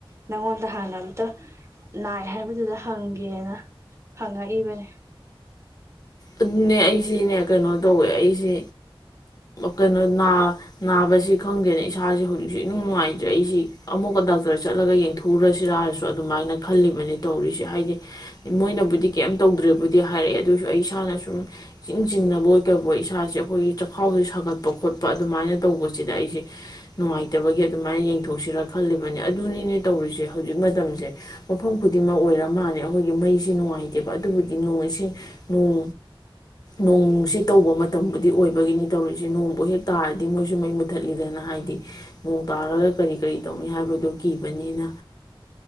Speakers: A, on the right; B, on the left.
A: ꯅꯪꯉꯣꯟꯗ ꯍꯥꯟꯅ ꯑꯃꯝꯇ ꯅꯥꯏ ꯍꯥꯏꯕꯗꯨꯗ ꯍꯪꯒꯦꯅ ꯍꯪꯉꯛꯏꯕꯅꯦ
B: ꯑꯗꯨꯅꯦ ꯑꯩꯁꯤꯅꯦ ꯀꯩꯅꯣ ꯇꯧꯋꯦ ꯑꯩꯁꯤ ꯀꯩꯅꯣ ꯅꯥꯕꯁꯤ ꯈꯪꯗꯦꯅ ꯏꯁꯥꯁꯦ ꯍꯧꯖꯤꯛꯁꯨ ꯅꯨꯡ ꯅꯨꯡꯉꯥꯏꯇ꯭ꯔꯦ ꯑꯩꯁꯤ ꯑꯃꯨꯛꯀ ꯗꯥꯛꯇꯔ ꯆꯠꯂꯒ ꯌꯦꯡꯊꯣꯛꯎꯁꯤꯔꯁꯨ ꯑꯗꯨꯃꯥꯏꯅ ꯈꯜꯂꯤꯕꯅꯦ ꯇꯧꯔꯤꯁꯦ ꯍꯥꯏꯗꯤ ꯃꯣꯏꯅꯕꯨꯗꯤ ꯀꯩꯝ ꯇꯧꯗ꯭ꯔꯦꯕꯨꯗꯤ ꯍꯥꯏꯔꯛꯑꯦ ꯑꯗꯨꯑꯣꯏꯁꯨ ꯑꯩ ꯏꯁꯥꯅ ꯁꯨꯝ ꯏꯤꯡ ꯆꯤꯡꯅꯕ ꯑꯣꯏ ꯀꯧꯕ ꯏꯁꯥꯁꯦ ꯑꯩꯈꯣꯏꯒꯤ ꯆꯥꯛꯈꯥꯎꯁꯦ ꯁꯥꯒꯠꯄ ꯈꯣꯠꯄ ꯑꯗꯨꯃꯥꯏꯅ ꯇꯧꯕꯁꯤꯗ ꯑꯩꯁꯦ ꯅꯨꯡꯉꯥꯏꯇꯕꯒꯤ ꯑꯗꯨꯃꯥꯏꯅ ꯌꯦꯡꯊꯣꯛꯁꯤꯔꯥ ꯈꯜꯂꯤꯕꯅꯦ ꯑꯗꯨꯅꯤꯅꯦ ꯇꯧꯔꯤꯁꯦ ꯍꯧꯖꯤꯛ ꯃꯇꯝꯁꯦ ꯃꯐꯝ ꯈꯨꯗꯤꯡꯃꯛ ꯑꯣꯏꯔ ꯃꯥꯜꯂꯦ ꯑꯩꯈꯣꯏꯒꯤ ꯃꯩꯁꯦ ꯅꯨꯡꯉꯥꯏꯇꯦꯕ ꯑꯗꯨꯕꯨꯗꯤ ꯅꯣꯡ ꯏꯁꯤꯡ ꯅꯣꯡ ꯅꯣꯡꯁꯤ ꯇꯧꯕ ꯃꯇꯝꯕꯨꯗꯤ ꯑꯣꯏꯕꯒꯤꯅꯤ ꯇꯧꯔꯤꯁꯦ ꯅꯣꯡꯕꯨ ꯍꯦꯛ ꯇꯥꯔꯗꯤ ꯃꯣꯏꯁꯨ ꯃꯩ ꯃꯨꯊꯠꯂꯤꯗꯅ ꯍꯥꯏꯗꯤ ꯅꯣꯡ ꯇꯥꯔꯒ ꯀꯔꯤ ꯀꯔꯤ ꯇꯧꯅꯤ ꯍꯥꯏꯕꯗꯣ ꯀꯤꯕꯅꯤꯅ